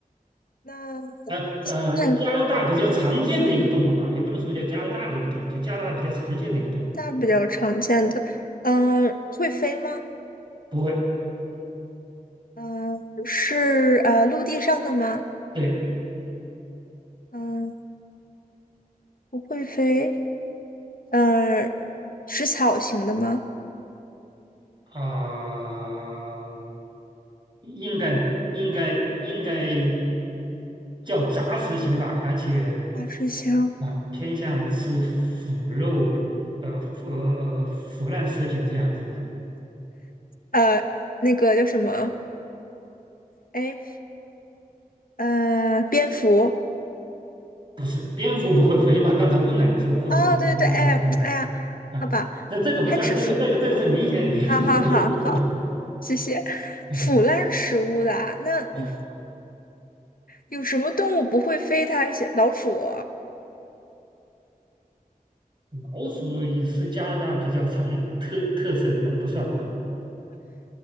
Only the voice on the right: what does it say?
呃呃，加拿大比较常见的一个动物吧，也不能说叫加拿大的一个动物，就加拿大比较常见的一个动物。
不会，
对
啊、应该应该应该叫杂食型吧，而且
啊、偏向吃腐肉，呃腐呃腐烂食品这样子的。
不是，蝙蝠不会飞嘛？刚才问了你说会不会飞，
本不会飞嗯
嗯啊，
那这个不算，
这个这个这个是明显明显这个不算啊。
嗯
啊
老鼠也是加拿大比较常特特色的嘛，不算吧？